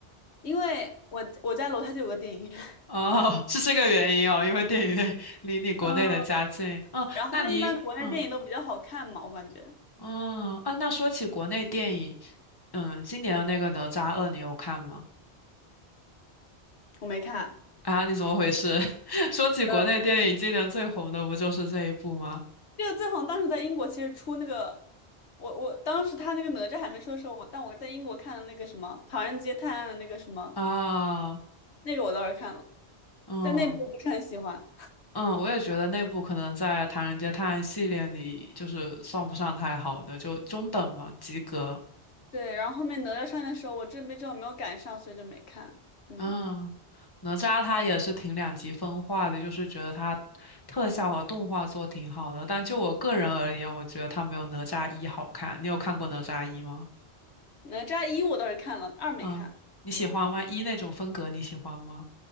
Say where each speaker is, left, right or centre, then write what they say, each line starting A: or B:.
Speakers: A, on the left; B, on the left.
A: 因为我我家楼下就有个电影院，
B: 哦，是这个原因哦，因为电影院 <laughs> 离你国内的家近。
A: <laughs> 嗯，
B: 嗯，
A: 然后一般国内电影都比较好看嘛，
B: 那你嗯
A: 我感觉
B: 嗯啊，那说起国内电影，嗯，今年的那个《哪吒二》你有看吗？
A: 我没看。
B: 啊，你怎么回事？<laughs> 说起国内电影，
A: 呃，
B: 今年最红的不就是这一部吗？
A: 这个最红当时在英国其实出那个，我我当时他那个哪吒还没出的时候，我但我在英国看的那个什么《唐人街探案》的那个什么，
B: 啊，
A: 那个我倒是看了，
B: 嗯
A: 但那部我不是很喜欢。
B: 嗯，我也觉得那部可能在《唐人街探案》系列里就是算不上太好的，就中等嘛，及格。
A: 对，然后后面哪吒上映的时候，我这边正好没有赶上，所以就没看。嗯，
B: 嗯，哪吒他也是挺两极分化的，就是觉得他特效和动画做挺好的，但就我个人而言，我觉得他没有哪吒一好看。你有看过哪吒一吗？
A: 哪吒一我倒是看了，二没看。
B: 嗯，你喜欢吗？
A: 嗯，
B: 一那种风格你喜欢吗？